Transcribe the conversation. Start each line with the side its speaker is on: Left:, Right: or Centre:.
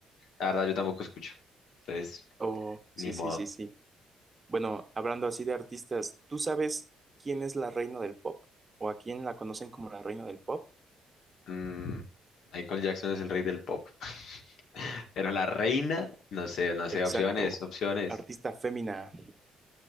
Left: La verdad, yo tampoco escucho. Entonces,
Right: Oh, sí,
Left: ni modo.
Right: sí, sí, sí. Bueno, hablando así de artistas, ¿tú sabes quién es la reina del pop? ¿O a quién la conocen como la reina del pop?
Left: Mm, Michael Jackson es el rey del pop. <laughs> Pero la reina, no sé, no sé.
Right: Exacto.
Left: Opciones, opciones,
Right: Artista fémina.